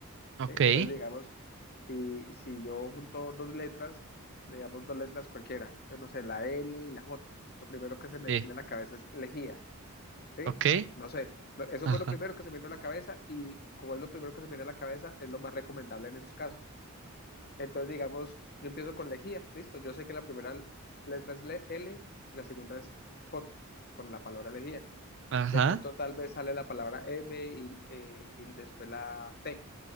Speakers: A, on the right (about 55°); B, on the left (about 45°).
A: Ok.
B: ¿sí? Entonces, digamos, si, si yo junto dos letras, digamos dos letras cualquiera, yo no sé, la L y la J, lo primero que se me
A: Sí.
B: viene a la cabeza es lejía. ¿sí?
A: Ok.
B: No sé, no- eso
A: Ajá.
B: fue lo primero que se me vino a la cabeza y como es lo primero que se me vino a la cabeza, es lo más recomendable en esos casos. Entonces, digamos, yo empiezo con lejía, listo, yo sé que la primera letra es le- L y la segunda es J, con la palabra lejía.
A: Ajá.
B: De pronto tal vez sale la palabra M y, eh, y después la T,